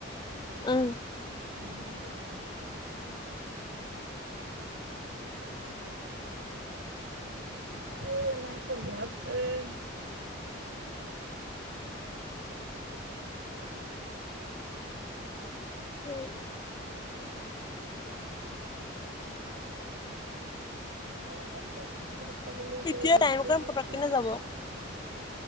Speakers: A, on the left; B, on the right.
A: উম
B: দেৰিমিয়াকে যাম। এই ইমান খজুহঁত এই।
A: চি
B: <inaudible>
A: এতিয়া টাইম অকণ পটককেনে যাব